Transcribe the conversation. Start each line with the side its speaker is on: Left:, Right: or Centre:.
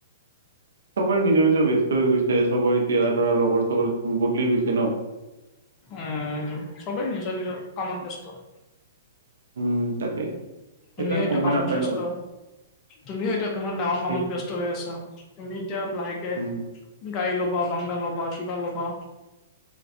Right: চবৰে নিজৰ নিজৰ ব্যস্ত হৈ গৈছে, চবৰে এতিয়া ধৰা লগৰ-চগৰ বদলি গৈছে ন।
Left: উম সবেই নিজৰ নিজৰ কামত ব্যস্ত।
Right: উম তাকে এই
Left: তুমিও
Right: একদম
Left: এতিয়া
Right: সময়
Left: কামত
Right: নাপাই
Left: ব্যস্ত
Right: ন
Left: তুমিও এতিয়া কিমান ডাঙৰ কামত
Right: ঠিক
Left: ব্যস্ত হৈ আছা তুমি এতিয়া লাহেকে
Right: উম
Left: গাড়ী লগ ক' বাংলা ল'বা কিবা ল'বা